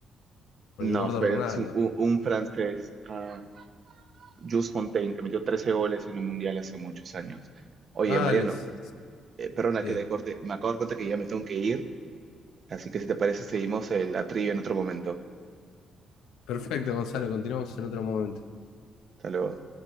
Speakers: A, on the left (about 85°); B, on the right (about 50°).
A: por
B: No,
A: el gordo
B: fue
A: Ronaldo.
B: es un, un- un francés, ah, Jules Fontaine, que metió trece goles en un mundial hace muchos años. Oye,
A: Ah,
B: Mariano,
A: les-
B: eh, perdona
A: bien.
B: que te corte, me acabo de dar cuenta que ya me tengo que ir, así que si te parece seguimos el, la trivia en otro momento.
A: Perfecto, Gonzalo, continuamos en otro momento.
B: Hasta luego.